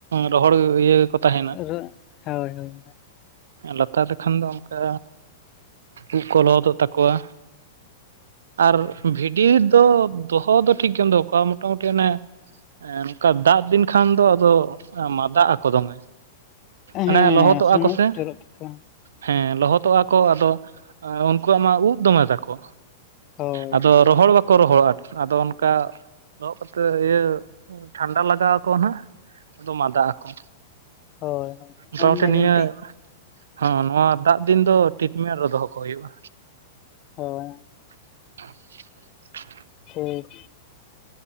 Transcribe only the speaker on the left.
ᱟᱫᱚ ᱦᱳᱭ ᱦᱳᱭ,
ᱦᱮᱸ
ᱥᱩᱱᱩᱡ
ᱡᱚᱨᱚᱜ ᱛᱟᱠᱚᱣᱟ
ᱦᱳᱭ
ᱦᱳᱭ ᱦᱳᱭ
ᱚᱱᱟᱜᱮ
ᱢᱤᱫᱴᱤᱡ
ᱦᱳᱭᱸ
ᱴᱷᱤᱠ